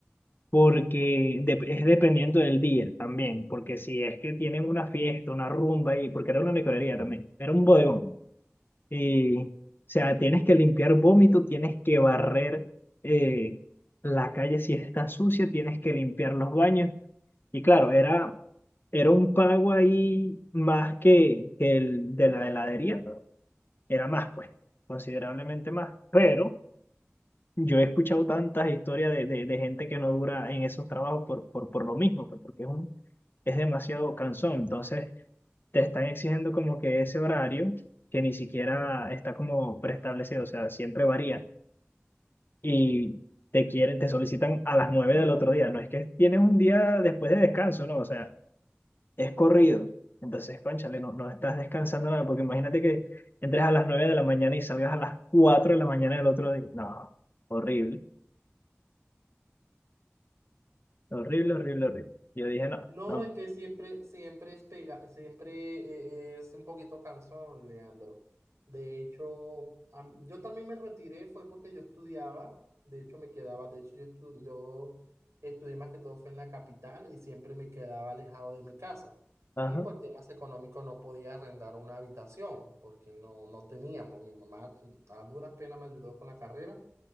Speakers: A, on the left; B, on the right.
A: porque dep- es dependiendo del día también, porque si es que tienen una fiesta, una rumba, y, porque era una licorería también, era un bodegón, y, o sea, tienes que limpiar vómito, tienes que barrer eh, la calle si está sucia, tienes que limpiar los baños, y claro, era, era un pago ahí más que, que el de la heladería, era más, pues, considerablemente más, pero... Yo he escuchado tantas historias de, de, de gente que no dura en esos trabajos por, por, por lo mismo, pues, porque es un, es demasiado cansón. Entonces, te están exigiendo como que ese horario que ni siquiera está como preestablecido, o sea, siempre varía. Y te quieren, te solicitan a las nueve del otro día. No es que tienes un día después de descanso, no, o sea, es corrido. Entonces, cónchale, no, no estás descansando nada, porque imagínate que entres a las nueve de la mañana y salgas a las cuatro de la mañana del otro día. No, horrible. Horrible, horrible, horrible. Yo dije, no,
B: No,
A: no.
B: es que siempre, siempre es pega, siempre eh, es un poquito cansón, Leandro. De hecho, a- mí- yo también me retiré, fue porque yo estudiaba, de hecho me quedaba, de hecho yo, estu- yo estudié más que todo fue en la capital y siempre me quedaba alejado de mi casa.
A: Ajá.
B: Y por temas económicos no podía arrendar una habitación, porque no, no teníamos. Mi mamá a duras penas me ayudó con la carrera